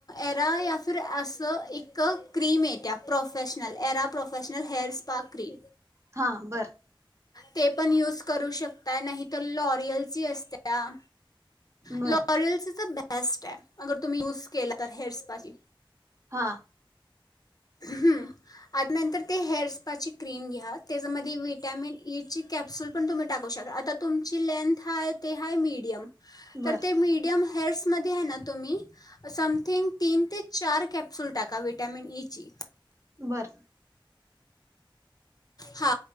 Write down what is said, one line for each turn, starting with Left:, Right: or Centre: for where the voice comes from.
Left: एरा या फिर असं एक क्रीम येत्या प्रोफेशनल एरा प्रोफेशनल हेअरस स्पा क्री
Right: हा बर
Left: ते पण यूज करू शकता नाही तर लॉरियल ची असत्या
Right: बर
Left: लोरियलच च बेस्ट ये अगर तुम्ही यूज केला तर हेअर स्पाची
Right: हा
Left: हूं आत नंतर ते हेअर पाची क्रीम घ्या त्याच्यामध्ये विटामिन ई ची कॅप्सूल पण तुम्ही टाकू शकता आता तुमची लेंथ हाय ते हाय मीडियम
Right: बर
Left: तर ते मीडियम कर्समध्ये आहे ना तुम्ही? समथिंग तीन ते चार कॅप्सूल टाका विटामिन ई ची
Right: बर
Left: हा